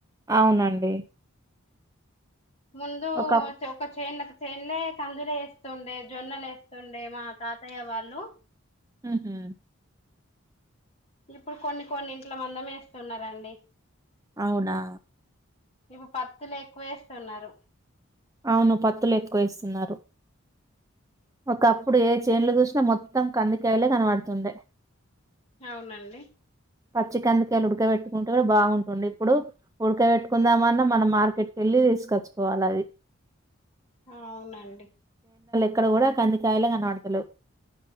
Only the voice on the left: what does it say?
ముందు
ఒక చేన్లకీ చేన్లో కందులు వేస్తుండే జొన్నలు వేస్తుండే మా తాతయ్య వాళ్ళు
ఇప్పుడు కొన్ని కొన్ని ఇంట్ల మందమే వేస్తున్నారండి
ఇపు పత్తులు ఎక్కువేస్తున్నారు
అవునండి
అవునండి